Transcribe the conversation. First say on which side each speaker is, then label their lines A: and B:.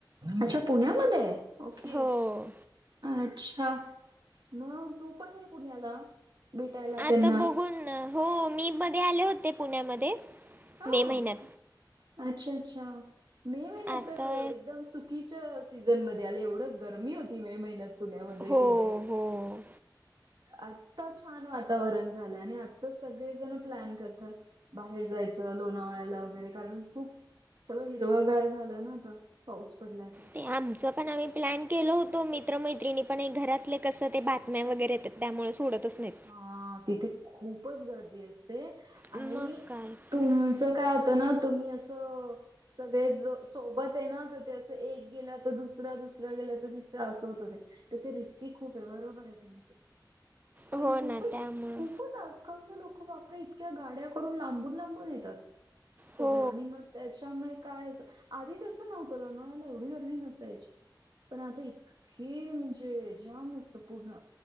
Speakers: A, on the right; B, on the right.
A: अच्छा पुण्यामध्ये ओके.
B: हो.
A: अच्छा मग तू पण ये पुण्याला. भेटायला
B: आता
A: त्यांना.
B: बघून हो मी मध्ये आले होते पुण्यामध्ये
A: हां.
B: मे महिन्यात.
A: अच्छा अच्छा मे म ना
B: आता
A: तर एकदम चु. चुकीच्या सीझनमध्येध्ये आले एवढं गरमी होती मे महिन्यात पुण्यामध्ये
B: हो
A: कि बस.
B: हो.
A: आत्ता छान वातावरण झालं आणि आत्ता सगळेजण प्लॅन करतात. बाहेर जायचं लोणावळ्याला वगैरे कारण खूप. सगं हिरगार झालं ना आता पाऊस. पडलाय तर.
B: ते आमचं पण आम्ही. प्लॅन केल होतो मित्रमैत्रिणी पण एक घरातले कसं ते बातम्या वगैर त्यामुळे सोडतच नाही.
A: अ तिथे खूपच गर्दी असते आणि
B: मग काय
A: तुम.
B: तर
A: अस काय होतं ना तुम्ही असं. सगळे ज सोबत आहे ना तर ते असं एक गेलं तर दुसरा दुसरा गेला तर दिसर असं होत ते. तर ते रिस्की खूप आहे बरोबर आहे त्यांच खण
B: हो
A: खूपच
B: ना त्यामुळं
A: खूपच अस. आजकाल तर लोक वापरे इतक्या गाड्या करून लांबून लांबून येतात सगळ्या
B: हो
A: आणि मग. त्याच्यामुळे काय आधी तसं नव्हतं लणाला एवढी गर्दी नसायची. पण आता इतके म्हणजे जाम मस्त पूर्ण